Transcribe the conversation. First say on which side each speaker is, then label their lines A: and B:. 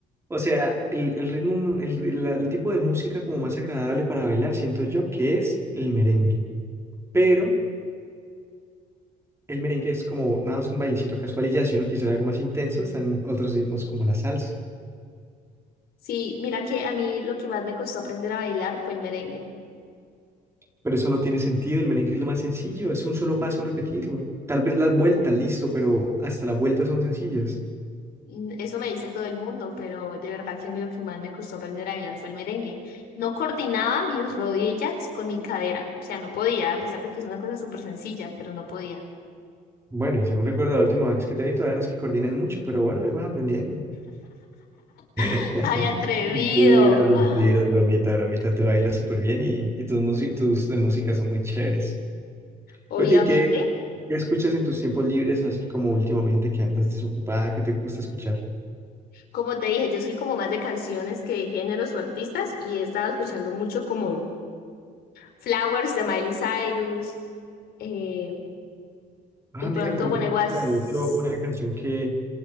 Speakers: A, on the right (about 15°); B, on the left (about 70°).
A: O sea, el, el ritmo, el, la- el tipo de música como más agradable para bailar, siento yo que es el merengue. Pero el merengue es como nada más un bailecito casual y ya, si uno quisiera algo más intenso, están otros ritmos como la salsa.
B: Sí, mira que a mí lo que más me costó aprender a bailar fue el merengue.
A: Pero eso no tiene sentido, el merengue es lo más sencillo, es un solo paso repetirlo. Tal vez las vueltas, listo, pero hasta las vueltas son sencillas.
B: Mm, Eso me dice todo el mundo, pero de verdad que a mí lo que más me costó aprender a bailar fue el merengue. No coordinaba mis rodillas con mi cadera, o sea, no podía, a pesar de que es una cosa súper sencilla, pero no podía.
A: Bueno, y según recuerdo la última vez que te vi, todavía no es que coordines mucho, pero bueno, ahí vas aprendiendo. <laughs>
B: <laughs> ¡Ay, atrevido!
A: Mentiras, mentiras,
B: ¡Ah!
A: bromita, bromita, tú bailas súper bien y, y tus, músi- tus gustos de música son muy chéveres.
B: Obviamente,
A: Oye, ¿y qué, qué escuchas en tus tiempos libres, así como últimamente que andas desocupada? ¿Qué te gusta escuchar?
B: como te dije, yo soy como más de canciones que de géneros o artistas y he estado escuchando mucho como Flowers de Miley Cyrus, eh,
A: Ah,
B: de pronto
A: mira que a mí
B: When
A: me
B: I
A: gusta,
B: Was
A: de hecho, una canción que...